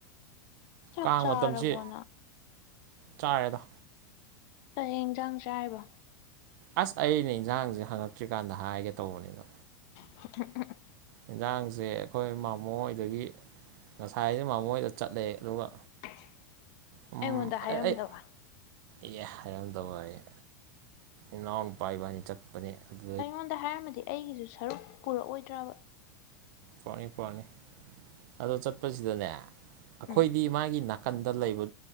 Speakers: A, on the left; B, on the right.
A: ꯆꯥꯛ
B: ꯀꯥꯡ
A: ꯆꯥꯔꯕꯣꯅ
B: ꯃꯇꯝꯁꯤ ꯆꯥꯛ ꯆꯥꯔꯕ‌ꯣ ꯆꯥꯔꯦꯗ
A: ꯀꯩ ꯍꯤꯟꯖꯥꯡ ꯆꯥꯔꯤꯕꯣ
B: ꯑꯁ ꯑꯩꯅ ꯍꯤꯟꯖꯥꯡꯁꯦ ꯍꯪꯉꯛꯇ꯭ꯔꯤꯀꯥꯟꯗ ꯍꯥꯏꯒꯦ ꯇꯧꯕꯅꯤꯗ
A: <unintelligible>
B: ꯍꯤꯟꯖꯥꯡꯁꯦ ꯑꯩꯈꯣꯏ ꯃꯥꯝꯃꯣꯍ‌ꯣꯏꯗꯒꯤ ꯉꯁꯥꯏꯁ‌ꯦ ꯃꯥꯝꯃ‌ꯣꯍ‌ꯣꯏꯗ ꯆꯠꯂꯦ ꯑꯗꯨꯒ
A: <inaudible>
B: ꯎꯝ
A: ꯍꯥꯏꯔꯝꯗꯕ
B: ꯑꯩ ꯑꯩ ꯏꯌꯥꯍ ꯍꯥꯏꯔꯝꯗꯕ ꯋꯥꯅ‌ꯦ ꯏꯅꯥꯎꯅꯨꯄꯥ ꯏꯕꯥꯏꯅꯤ ꯆꯠ ꯄꯅꯦ ꯑꯗꯨ
A: ꯑꯩꯉꯣꯟꯗ ꯍꯥꯏꯔꯝꯃꯗꯤ ꯑꯩꯒꯤꯁꯨ ꯁꯔꯨꯛ ꯄꯨꯔꯛꯑꯣꯏꯗ꯭ꯔꯥꯕ
B: ꯄꯨꯔꯛꯅꯤ ꯄꯨꯔꯛꯅꯤ ꯑꯗꯣ ꯆꯠꯄꯁꯤꯗꯅꯦ ꯑꯩꯈꯣꯏꯗꯤ
A: ꯎꯝ
B: ꯃꯥꯒꯤ ꯅꯥꯀꯟꯗ ꯂꯩꯕ